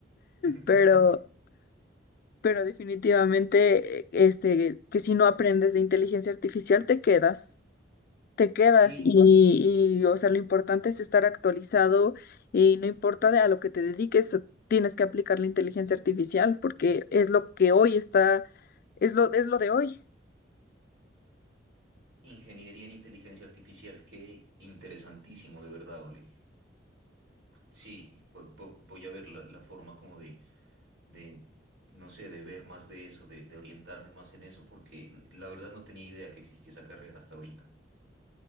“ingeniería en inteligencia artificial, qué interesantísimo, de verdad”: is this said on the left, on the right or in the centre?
Right